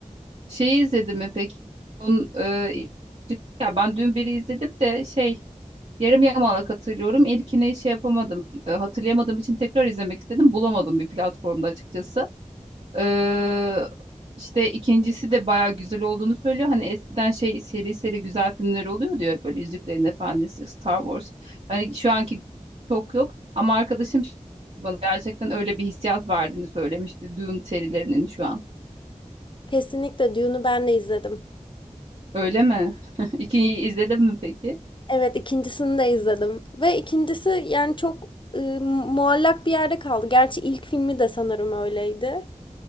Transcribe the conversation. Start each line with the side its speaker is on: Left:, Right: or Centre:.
Right: Şeyi izledim mi peki? Onun, e, ya ben dün biri izledim de şey yarım yamalak hatırlıyorum. İlkini şey yapamadım. e, hatırlayamadığım için tekrar izlemek istedim. Bulamadım bir platformda açıkçası. Ee, işte ikincisi de bayağı güzel olduğunu söylüyor. Hani eskiden şey seri seri güzel filmler oluyor diyor. Böyle Yüzüklerin Efendisi, Star Wars. Hani şu anki çok yok. Ama arkadaşım bana gerçekten öyle bir hissiyat verdiğini söylemişti. Dune serilerinin şu an.
Left: Kesinlikle Dune'u ben de izledim.
Right: Öyle mi? <laughs> İkinciyi izledin mi peki?
Left: Evet ikincisini de izledim. Ve ikincisi yani çok e, muallak bir yerde kaldı. Gerçi ilk filmi de sanırım öyleydi.